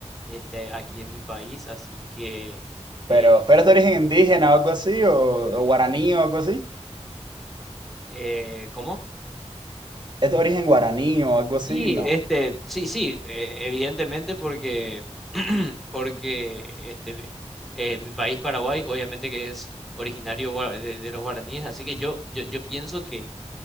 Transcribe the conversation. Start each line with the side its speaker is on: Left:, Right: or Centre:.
Centre: este, aquí en mi país, así que, eh,
Right: Pero, pero es de origen indígena o algo así, o, o guaraní o algo así.
Centre: eh, ¿cómo?
Right: Es de origen guaraní o algo así,
Centre: Sí,
Right: no.
Centre: este, sí, sí, eh, evidentemente porque, <clears throat> porque este, eh, mi país, Paraguay, obviamente que es originario gua- de, de los guaraníes, así que yo, yo, yo pienso que